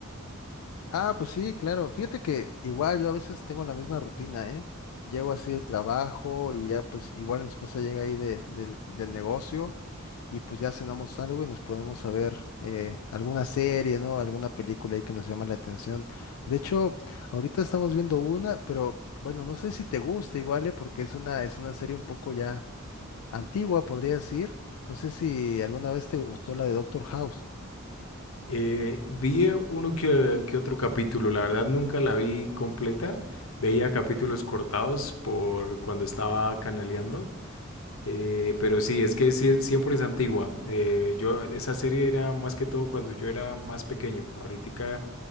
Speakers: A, on the left (about 85°); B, on the left (about 65°).
A: Ah, pues sí, claro. Fíjate que igual yo a veces tengo la misma rutina, ¿eh? Llego así del trabajo y ya pues igual mi esposa llega ahí de- del del negocio y pues ya cenamos algo y nos podemos a ver eh, alguna serie, ¿no? Alguna película ahí que nos llama la atención. De hecho, ahorita estamos viendo una, pero bueno, no sé si te gusta igual, ¿eh? Porque es una, es una serie un poco ya antigua, podría decir. No sé si alguna vez te gustó la de Doctor House.
B: Eh, vi eh, uno que, que otro capítulo, la verdad nunca la vi completa, veía capítulos cortados por cuando estaba canaleando, eh, pero sí, es que sí, siempre es antigua. Eh, yo, esa serie era más que todo cuando yo era más pequeño, ahorita